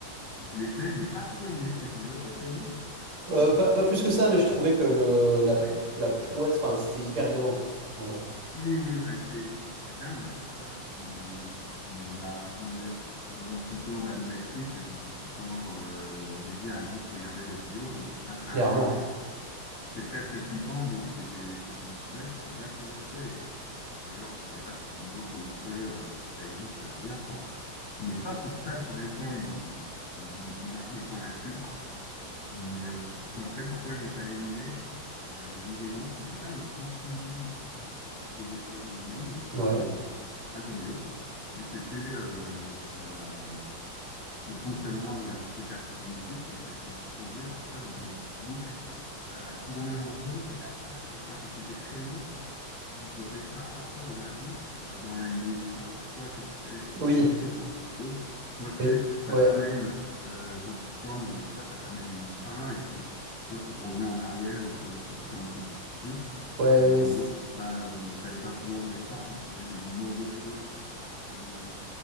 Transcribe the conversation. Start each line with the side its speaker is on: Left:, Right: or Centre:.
Left: Je l'ai fait, j'ai pas trop aimé cet épisode. Toi, t'as aimé?
Right: Euh, pas, pas plus que ça, mais je trouvais que le la,
Left: Ouais.
Right: la prouesse, enfin, c'était hyper innovant, quoi, en gros.
Left: Oui, oui, ouais, c'était- et puis c'était dingue d'avoir ça dans, dans un, comment dire, dans un support, bah, dans Netflix et dans un support euh, dédié à juste regarder des vidéos qu'on puisse interagir
Right: Clairement.
Left: avec. C'est presque flippant, mais c'était, c'était, ouais, c'était vachement bien fait. Et D'ailleurs, je sais pas si d'autres le font, euh, si ça existe ailleurs, quoi. Mais ça, c'est ça, je suis d'accord, il, il, il- il marque des points là-dessus. Mais, euh, mais en fait, pourquoi je l'ai pas aimé, euh, il y a une raison, c'était pas le contenu de l'épisode en lui-même qui
Right: Ouais.
Left: était, euh, qui était pas comme les autres, mais c'était euh, la- la- le fonctionnement de leur truc à choix multiples, c'est que je me retrouvais parfois dans des boucles euh, à tourner en rond et à pas, et, enfin, et c'était très long de réussir à sortir de la boucle euh, dans les différents choix que tu fais,
Right: Oui,
Left: que tu fais sur ton parcours. Tu vois ce
Right: oui,
Left: que je veux dire? Ça
Right: ouais,
Left: t'amène, euh, quand tu te plantes dans des choix, ça t'amène à une fin et tu, soit tu reviens en arrière ou soit je sais plus comment c'était foutu,
Right: ouais,
Left: mais
Right: ouais, ouais,
Left: qu'en
Right: c'est-
Left: gros, tu n'allais pas, euh, t'allais pas plus loin dans l'histoire quand tu faisais des mauvais choix s- selon,